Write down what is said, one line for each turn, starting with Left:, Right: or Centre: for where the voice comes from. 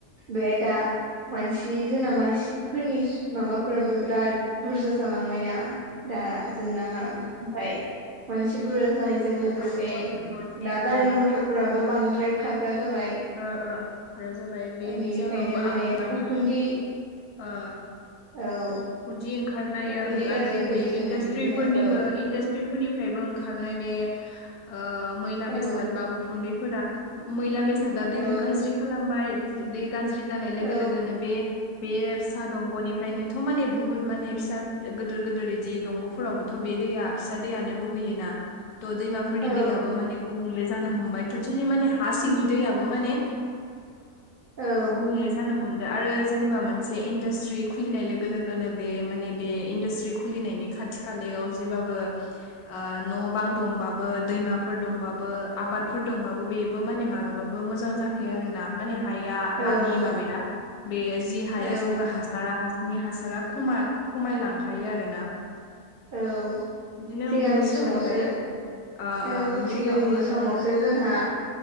Right: बे दा मानसि जोंना मानसिफोरनि
Left: उम।
Right: माबाफोराबो बिराद बुरजा जालांबायना। दा जोंना मा ओमफाय मानसि बुरा जानायजों लोगोसे
Left: गारि <unintelligible>
Right: दा गारि मथरफोराबो बांद्राय खारग्रा जाबाय।
Left: ओ ओ आरो जाबाय बेनि
Right: बेनिखायनो
Left: जउनावबो
Right: माने
Left: आबहावानि
Right: उखुन्दै
Left: ओ
Right: औ।
Left: उखुथि ओंखारनाय
Right: उखुन्दै
Left: ओ
Right: गाज्रिफोरजों
Left: आरो बे इन्डासट्रि
Right: बिदिनो
Left: फोरनिबो
Right: औ
Left: इडास बिफोरनिफ्रायबो ओंखारनाय बे ओ मैला
Right: औ
Left: बेसाद बा उखुन्दैफोरा मैला बेसादा दैखौ
Right: औ
Left: गाज्रि खालामबाय दैजों दै गाज्रि जानाय लोगो
Right: औ
Left: लोगोनो बे बे फिसा दंग'निफ्रायनो थ' माने बुहुत माने फिसा गोदोर गोदोर बिदि दंग'फोरावबोथ' बे दैया फिसा दैयानोबो होयोना। थ' दैमाफोरनि
Right: औ
Left: दैयाबो माने गुबुंले जानो हमबाय। टटेलि माने हा सिंनि दैयाबबो माने
Right: औ
Left: गुबुंले जानो हमदो आरो जेनेबा मोनसे इन्डास्ट्रि खुलिनाय लो गो लोगो लोगोनो बे माने बे इन्डासट्रि खुलिनायनि खाथि खालायाव जेबाबो ओ न' बां दंबाबो दैमाफोर दंबाबो आबादफोर दंबाबो बेबो माने मालाबाबो मोजां जा आरो ना माने हाया
Right: औ
Left: हानि माबाया बे जि हाया
Right: औ
Left: जेनेबा हासारा हा नि हासारा खमा खमायलांखायो आरो ना।
Right: औ
Left: बिदिनो
Right: सिगांनि
Left: बहुद सोलायबाय।
Right: समावसो
Left: ओ
Right: औ
Left: बिनि
Right: सिगांनि
Left: उनाव आरो
Right: समावसो जोंहा